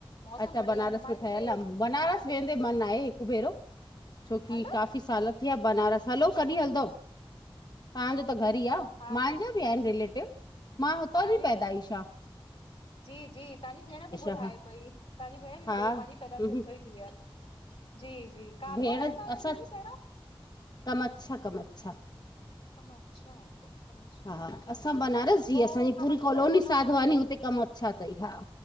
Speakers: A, on the left; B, on the left.
A: मौसम
B: अच्छा
A: बढ़िया
B: बनारस
A: आहे मां
B: में
A: हिते
B: ठहियल आहे बनारस
A: हा
B: वेंदे
A: भेण
B: मन आहे हिकु भेरो। छोकी
A: हलो
B: काफ़ी साल थिया बनारस हलो
A: वञो
B: कॾहिं हलंदव। तव्हांजो
A: कॾहिं
B: त घर
A: हलंदव
B: ई आहे
A: हाली
B: मुंहिंजा बि आहिन रिलेटिव मां हुतां
A: हाली
B: जी पैदाइश
A: त
B: आहियां।
A: जी जी तव्हांजी भेण बि ॿुधाए
B: आ हा
A: पई। तव्हांजी भेण बि ॿुधाई
B: हा
A: मुंहिंजी पैदाइश
B: हम्म
A: बि उताऊं जी आ जी जी काथ‌ऊं
B: भेण
A: रहंदा हुयव
B: असां
A: दीदी पहिरियों।
B: कम अच्छा कम अच्छा।
A: कमच्छा कमच्छा
B: हा
A: अच्छा
B: असां
A: हा
B: बनारस जी
A: ओ
B: असांजी
A: कमच्छा
B: पूरी कॉलोनी
A: होॾो
B: साधवानी
A: जो
B: हुते कम -- छा अथई हा?